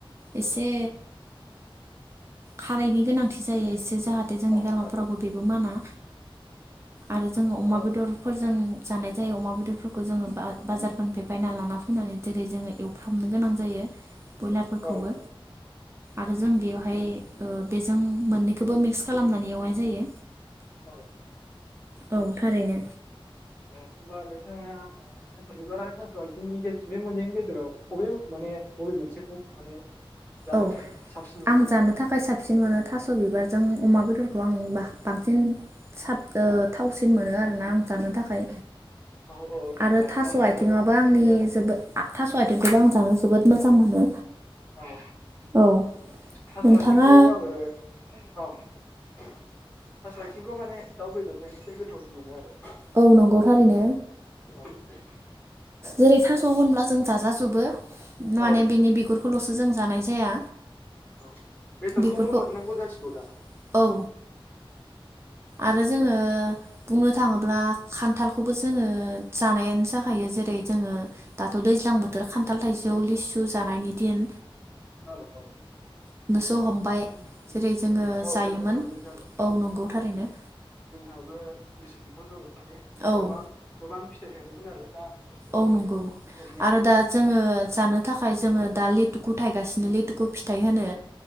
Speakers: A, on the right; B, on the left.
A: एसे खारैनि गोनांथि जायो एसे जाहाथे जे जोंनि
B: औ
A: गारामाफोरावबो
B: खारै
A: जेबो माना आरो जोङो अमा
B: औ
A: बेदरफोरजों जानाय जायो। अमा बेदरफोरखौ जोङो बाजारफोरनिफ्राय बायना लाना फैनानै जेरै जोङो एवफ्रामनो गोनां जायो ब्रयलारफोरखौबो
B: औ
A: आरो जों बेयाव ओमफाय बेजों मोननैखौबो मिक्स खालामनानै एवनाय जायो
B: औ
A: औ थारैनो
B: होबा नोंथाङा थास' बिबार आरो थासास' आथिंनि बे मोनैनि गेजेराव बबे माने बबे मोनसेखौ माने जानो
A: औ
B: थाखाय साबसिन मोनो
A: आं
B: आरो
A: जानो थाखाय साबसिन मोनो थास' बिबार जों अमा बेदरखौ आं बांसिन साब थावसिन मोनो आरोना आं जानो थाखाय
B: औ औ नंगौ
A: आरो थास'
B: आंनाबो
A: आथिंआबो आंनि
B: बिदिनो आरो
A: जोबोद थास' आथि खौबो आं जानो जोबोद मोजां मोनो
B: औ
A: औ
B: थास'
A: नोंथाङा
B: आथिंखौ आङो औ थास आथिंखौ माने दाउ बेदरजों एसे गोथावसिन मोनो आरो
A: औ नंगौ थारैनो
B: औे
A: जेरै थास' होनब्ला जों जाजोबो माने
B: औ बिदिनो
A: बिनि बिगुरखौल'सो जों जानाय जाया
B: औ बेदरखौबो
A: बिगुरखौ
B: मोननांगौ
A: औ
B: जासिगौ दा
A: आरो जोङो बुंनो थाङोब्ला खान्थालखौबो जोङो जानायानो जाखायो जेरै जोङो दाथ' दैज्लां बोथोर खान्थाल थाइजौ लिसु जानायनि दिन
B: औ औ
A: ज' हमबाय जेरै जोङो
B: औ
A: जायोमोन
B: जोबनोसो हमबायसो आरो
A: औ नंगौ थारैनो
B: जोंहाबो लिसु बिफां दं माने
A: औ
B: गोबां गोबां फिथाइ थादोंमोन आरो दा एसे माने
A: औ नंगौ
B: जोबनायाव
A: आरो
B: फैबाय
A: दा जोङो जानो थाखाय जोङो दा लेथुखु थायगासिनो लेथु खुखौ फिथाइ होनो